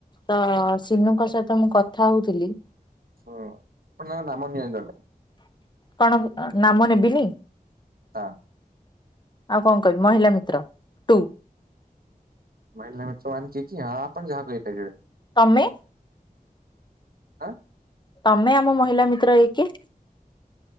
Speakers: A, on the left; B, on the right.
A: ତ ସିନୁଙ୍କ ସହିତ ମୁଁ କଥା ହଉଥିଲି।
B: ହଁ ଫୁଣି ନାମ ନିଅନ୍ତୁ ଏବେ।
A: କଣ ଅ ନାମ ନେବିନି?
B: ହଁ
A: ଆଉ କଣ କହିବୁ ମହିଳା ମିତ୍ର ଟୁ।
B: <unintelligible> ଆଣିଚି କି ଆପଣ ଯାହା କହିପାରିବେ।
A: ତମେ?
B: ଆଁ?
A: ତମେ ଆମ ମହିଳା ମିତ୍ର ର କି?